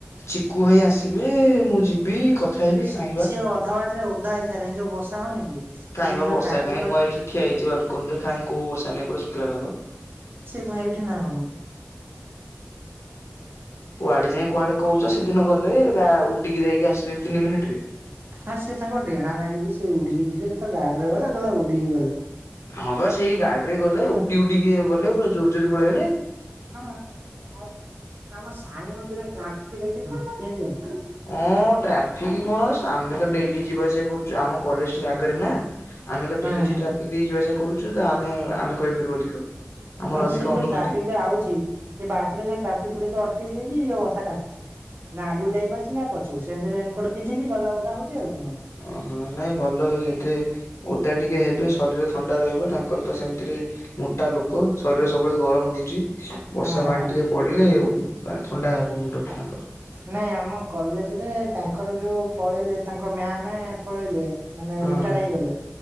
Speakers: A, on the left; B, on the right.
A: ଚିକୁ ଭାଇ ଆସିବେ ମୁଁ ଯିବି ହେବି
B: ସି
A: ଖାଇବା।
B: ସିଏ ଅଧା ବାଟ ରେ ଓଦା ହେଇସାରିଲାଣି ଯୋଉ ବର୍ଷା ହଉନି
A: କାଇଁ
B: ସେ ସେ
A: ବା ବର୍ଷା
B: ଯୋଉ ଟ୍ରାଫିକ
A: କାଇଁ ମୁଁ ଏଇଠି ଠିଆ ହେଇଛି ବାଲକୋନ ରେ କାଇଁ କଉ ବର୍ଷା ନାହିଁ ପୁରା ଶୁଖିଲା ପାଗ।
B: ତ ଏଇଠି ନାହୁଣୁ
A: କୁଆଡେ ଯାଇ କୁଆଡେ କହୁଚ ସେଦିନ ଗଲେ ବ୍ୟା ଉଡିକି ଯାଇକି ଆ ଦି ତିନି ମିିନିଟରେ।
B: ହଁ ସେ ତାଙ୍କ ଡେଣା ନାଗିଚି ସେ ଉଡିକି ଯିବେ ଯେ ତ ଗାଡିରେ ଗଲେ କହିଲା ଉଡିକି ଗଲେ।
A: ହଁ ବା ସେଇ ଗାଡିରେ ଗଲେ ଉଡି ଉଡିକି ଗଲେ ପୁରା ଜୋର ଜୋର ପଳେଇଲେ।
B: ହଁ ଅମ୍ ଆମ ସାଣୀ ମନ୍ଦିର ଟାଙ୍କି ଦେଖିଥିଲ କେମିତିଆ
A: ହଁ ଟ୍ରାଫିକ କଣ ଆମେ ତ ଡେଲି ଯିବାସିବା କରୁଚୁ ଆମ କଲେଜ ଟେ ଆଗେରେ ନା। ଆମେ ତ ଡେଲି
B: ହଁ।
A: ସେ ଟ୍ରାଫିକ ଦେଇ ଯିବା ଆସିବା କରୁଚୁ ତ ଆମେ ଆମେ କହିପାରିବୁ ଅଧିକ। ଆମର
B: ହଁ
A: ଅଧିକ
B: ସିଏ ଯୋଉ
A: ଅନୁଭୂତି
B: ଟ୍ରାଫିକ ରେ ଆଉଚି ସେ ବାଟରେ ଟ୍ରାଫିକ ପୋଲିସ ଅଟକେଇ ତୀ ଇଏ ବସା କାନ୍ଦୁଚି ନା ଆଗକୁ ଯାଇପାରୁଚି ନା ପଛକୁ ସେମତି ରେନକୋଟ ପିନ୍ଧିନି ଗଲା ଓଦା ହଉଛି ଆଉ। କଣ।
A: ଓହୋ ନାଇଁ ଭଲ ଯେତେ ଦା ଟିକେ ହେବେ ଶରୀର ଥଣ୍ଡା ରହିବ ତାଙ୍କର ତ ସେମତିରେ ମୋଟା ଲୋକ ଶରୀର ସବୁବେଳେ ଗରମ ରହୁଚି ବର୍ଷା
B: ହଁ ହଁ
A: ପାଣି ଟିକେ ପଡ଼ିଲେ ଓ ମାନେ ଥଣ୍ଡା ହେବ ମୁଣ୍ଡଟି ତାଙ୍କର।
B: ନାଇଁ ଆମ କଲେଜରେ ତାଙ୍କର ଯୋଉ ପଳେଇଲେ ତାଙ୍କ ମ୍ୟାମ ପଳେଇଲେ ମାନେ
A: ହଁ
B: ରିଟାଏଡ
A: ହଁ
B: ହେଇଗଲେ